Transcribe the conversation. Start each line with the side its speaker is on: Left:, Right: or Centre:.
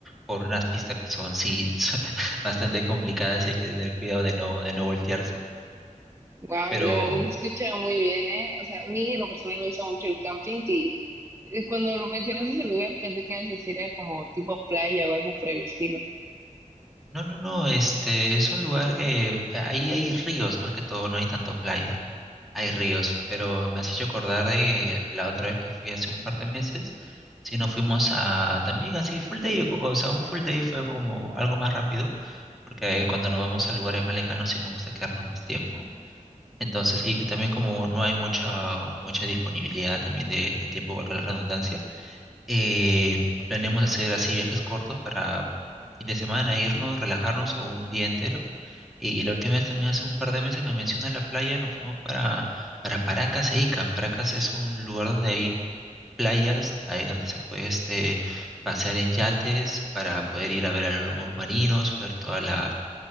Centre: por unas pistas que son, sí, <laughs> bastante complicadas y hay que tener cuidado de no, de no voltearse.
Right: Wow,
Centre: Pero
Right: la verdad se escucha muy bien, ¿eh? O sea, a mí en lo personal me gusta mucho el camping y, y cuando lo mencionaste ese lugar pensé que ibas a decir era como tipo playa o algo por el estilo.
Centre: No, no, no, este es un lugar, eh, ahí hay ríos más que todo, no hay tanto playa, hay ríos, pero me has hecho acordar de la otra vez que fui hace un par de meses, si nos fuimos a también así full day, o o sea, un full day fue como algo más rápido, porque eh, cuando nos vamos a lugares más lejanos sí nos gusta quedarnos más tiempo, entonces, y también como no hay mucha, mucha disponibilidad también de, de tiempo, valga la redundancia eh, planeamos hacer así viajes cortos para fin de semana, irnos, relajarnos o un día entero. Y la última vez también hace un par de meses que mencionas la playa, nos fuimos para, para Paracas e Ica. Paracas es un lugar donde hay playas, ahí donde se puede este, pasear en yates para poder ir a ver a los lomos marinos, ver toda la